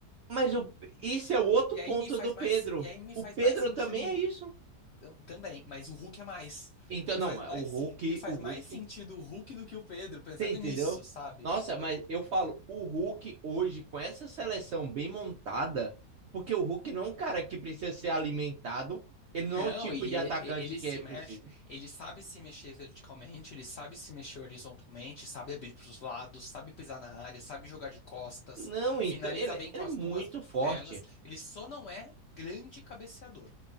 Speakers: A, on the right; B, on the left.
A: Mas o, isso é o outro
B: E aí
A: ponto
B: me faz
A: do
B: mais,
A: Pedro.
B: e aí me
A: O
B: faz
A: Pedro
B: mais sentido
A: também é isso.
B: t- também, mas o Hulk é mais.
A: Então,
B: Me
A: não,
B: faz mais,
A: é o Hulk,
B: me faz
A: o Hulk.
B: mais sentido o Hulk do que o Pedro, pensando
A: Você entendeu?
B: nisso, sabe?
A: Nossa, mas eu falo, o Hulk hoje, com essa seleção bem montada, porque o Hulk não é um cara que precisa ser alimentado, ele
B: Não,
A: não é o tipo
B: e
A: de atacante
B: e- e- ele
A: que
B: se mexe,
A: precisa.
B: ele sabe se mexer verticalmente, ele sabe se mexer horizontalmente, sabe abrir para os lados, sabe pisar na área, sabe jogar de costas,
A: Não,
B: finaliza
A: então, ele,
B: bem com
A: ele
B: as
A: é muito
B: duas
A: forte.
B: pernas. Ele só não é grande cabeceador.